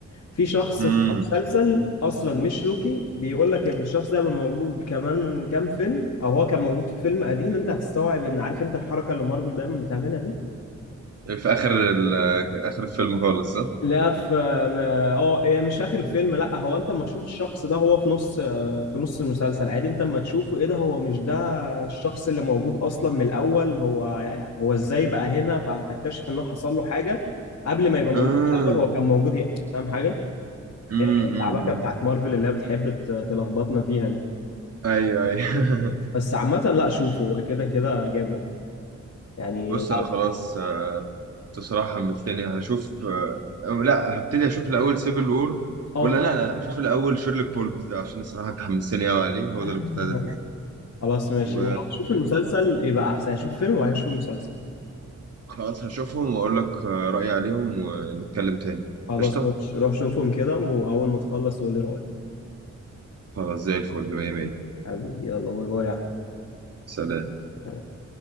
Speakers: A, on the left; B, on the right.
A: في شخص
B: امم
A: في مسلسل اصلا مش روكي بيقول لك ان الشخص ده هيبقى موجود كمان كام فيلم او هو كان موجود في فيلم قديم انت هتستوعب ان عارف انت الحركه اللي مارفل دايما بتعملها دي
B: في اخر ال... اخر الفيلم خالص صح؟
A: لا في ما- اه هي مش اخر الفيلم لا هو انت اما تشوف الشخص ده هو في نص آه، في نص المسلسل عادي انت اما تشوفه ايه ده هو مش ده الشخص اللي موجود اصلا من الاول هو هو ازاي بقى هنا فهتكتشف انه حصل له حاجه قبل ما يبقى موجود
B: امم
A: في الاول هو كان موجود هنا فاهم حاجه
B: امم
A: هي كانت العباكه بتاعت مارفل اللي هي بتحب ت- تلخبطنا فيها دي
B: ايوه ايوه
A: بس عامة لا شوفه هو كده كده جامد
B: <laughs>
A: يعني
B: بص
A: لا
B: انا خلاص آه، بصراحه حمستني هشوف آه، أو لا هبتدي اشوف الاول سيفل وور
A: اه
B: ولا
A: انت
B: لا لا هشوف الاول شيرلوك هولمز ده عشان الصراحه انت حمستني قوي عليه هو ده اللي
A: <laughs>
B: كنت عايز اشوفه
A: خلاص ماشي
B: و
A: ولو تشوف المسلسل يبقى احسن يعني شوف فيلم وبعدين شوف المسلسل
B: خلاص هشوفهم واقول لك آه، رايي عليهم ونتكلم تاني
A: خلاص
B: قشطه
A: ماشي روح شوفهم كده واول ما تخلص قول لي رأيك
B: خلاص زي الفل مية مية
A: حبيبي يلا باي باي يا
B: سلام
A: أحمد.